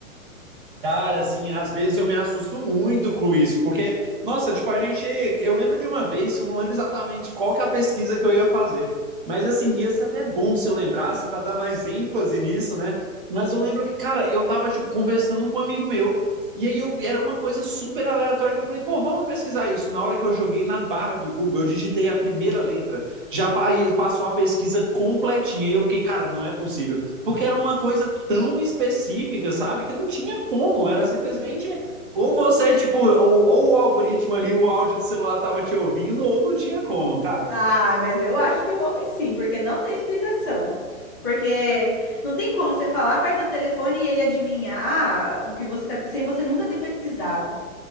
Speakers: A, on the right (about 40°); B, on the left (about 15°).
A: Cara, assim, às vezes eu me assusto muito com isso, porque, nossa, tipo, a gente. Eu lembro de uma vez, eu não lembro exatamente qual que é a pesquisa que eu ia fazer, mas assim, ia ser até bom se eu lembrasse para dar mais ênfase nisso, né? Mas eu lembro que, cara, eu tava, tipo, conversando com um amigo meu, e aí eu, era uma coisa super aleatória que eu falei, pô, vamos pesquisar isso. Na hora que eu joguei na barra do Google, eu digitei a primeira letra, já pa- passou a pesquisa completinha, e eu fiquei, cara, não é possível. Porque era uma coisa tão específica, sabe? Que não tinha como. Era simplesmente. Ou você, tipo, ou, ou o algoritmo ali, o áudio do celular tava te ouvindo, ou não tinha como, cara.
B: Ai, mas eu acho que houve sim, porque não tem explicação. Porque não tem como você falar perto do telefone e ele adivinhar, ah, o que você tá, sem você nunca ter pesquisado,